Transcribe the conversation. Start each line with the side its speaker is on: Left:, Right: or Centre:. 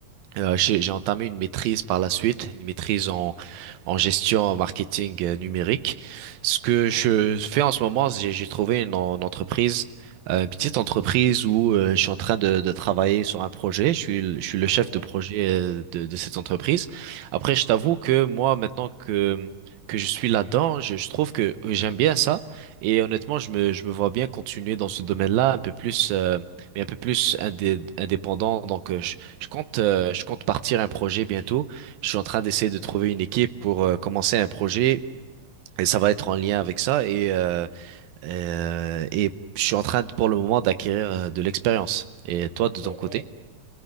Right: euh, j'ai j'ai entamé une maîtrise par la suite, une maîtrise en, en gestion marketing euh, numérique. Ce que je fais en ce moment, j'ai j'ai trouvé une, en- une entreprise, euh, une petite entreprise où euh, je suis en train de, de travailler sur un projet. Je suis, le- je suis le chef
Left: ouais,
Right: de projet euh, de, de cette entreprise. Après, je t'avoue que moi, maintenant que, que je suis là-dedans, je, je trouve que euh, j'aime bien ça. Et honnêtement, je me, je me vois bien continuer dans ce domaine-là, un peu plus, euh, mais un peu plus indé- indépendant. Donc, euh, je- je compte, euh, je compte partir un projet bientôt. Je suis en train d'essayer
Left: ouais.
Right: de trouver une équipe pour euh, commencer un projet et ça va être en lien avec ça. Et, euh, euh, et je suis en train de- pour le moment d'acquérir euh, de l'expérience. Et toi, de
Left: Ouais,
Right: ton côté?